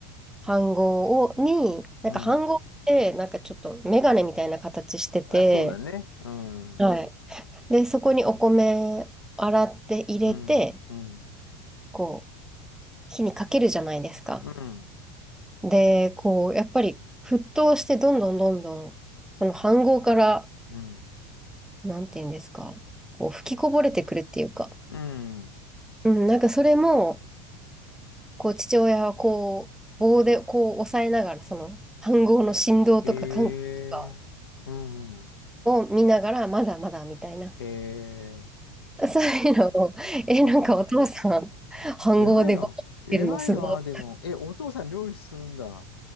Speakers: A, in the centre; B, on the left.
A: 飯盒を、に、なんか飯盒って、
B: うん。
A: なんかちょっとメガネみたいな形してて、
B: あ、そうだね。うん、
A: はい。
B: うん、
A: で、そこにお米洗って入れて、
B: うん、う
A: こう、火にかけるじゃないですか。
B: ん、
A: で、こう、やっぱり沸騰してどんどんどんどん、その飯盒から、
B: うん、
A: なんて言うんですか、こう吹きこぼれてくるっていうか、
B: うん。
A: うん、なんかそれも、こう父親はこう棒でこう押さえながら、その飯盒の振動とか感覚とか
B: ええうんうん。
A: を見ながら、まだまだみたいな。
B: ええ
A: <laughs> そういうのを、
B: あ、
A: え、
B: あ、
A: なんかお父さん、
B: 本当。
A: 飯盒でご飯食べるのすごい。
B: 偉いな。偉いな、でも。え、お父さん料理するんだ。